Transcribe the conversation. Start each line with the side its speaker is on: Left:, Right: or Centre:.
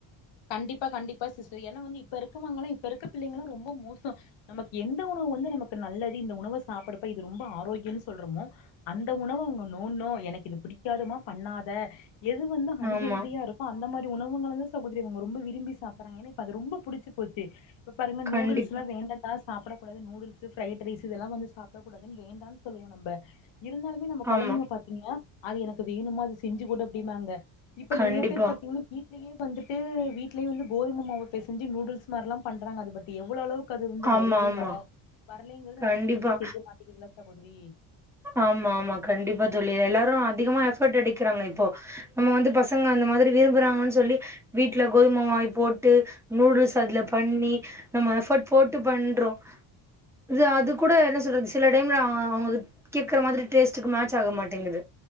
Left: கண்டிப்பா கண்டிப்பா சிஸ்டர் ஏன்னா வந்து இப்ப இருக்கவங்கலா இப்ப இருக்க பிள்ளைங்கள்லாம் ரொம்ப மோசோ நமக்கு எந்த உணவு வந்து நமக்கு நல்லது இந்த உணவ சாப்புட்றப்ப இது ரொம்ப ஆரோக்கியன்னு சொல்றமோ அந்த உணவு அவங்க நோண்ட்னோ எனக்கு இது புடிக்காதுமா பண்ணாத எது வந்து அன்ஹெல்தியா
Centre: ஆமா
Left: இருக்கு அந்த மாரி உணவுங்களதா சா கோதிரி அவங்க ரொம்ப விரும்பி சாப்பறாங்க ஏன்னா இப்ப அது ரொம்ப புடிச்ச போச்சு இப்ப பாருங்க
Centre: கண்டிப்பா
Left: நூடுல்ஸ்ல்லா வேண்டா தா சாப்பிடக்க கூடாது நூடுல்ஸு பிரரைட் ரைஸ் இதெல்லா வந்து சாப்புடக்கூடாது வேண்டான் சொல்லுவோ நம்ப இருந்தாலுமே நம்ம கொழந்தைங்க
Centre: ஆமா
Left: பாத்தீங்கன்னா அது எனக்கு வேணுமா அது செஞ்சு கூட அப்படிம்மாங்க இப்ப
Centre: கண்டிப்பா
Left: நெறையா பேர் பாத்தீங்கன்னா வீட்லயே வந்துட் ட்ரு வீட்லே வந்து கோதுமைமாவு பெசஞ்சு நூடுல்ஸ் மாரிலா பண்ணறாங்க அது பத்தி எவ்ளோ அளவுக் கு அதுலருந்து
Centre: ஆமா
Left: வருது
Centre: ஆமா
Left: வரா வரலைங்கறது
Centre: கண்டிப்பா
Left: நமக்கு சரியே தெரிய மாட்டேக்குதுல்ல சகோதரி
Centre: ஆமா ஆமா கண்டிப்பா தோழி எல்லாரு அதிகமா எஃபோர்ட் எடிக்கிறாங்க இப்போ நம்ம வந்து பசங்க அந்த மாதிரி விரும்புறாங்கன் சொல்லி வீட்ல கோதும மாய் போட்டு நூடுல்ஸ் அதுல பண்ணி நம்ம எஃபர்ட் போட்டு பண்றோ இது அது கூட என்ன சொல்றது சில டைம்ல அ அவங்களுக்கு கேக்கற மாரி டேஸ்ட்டுக்கு மேட்ச்சாக மாட்டேங்குது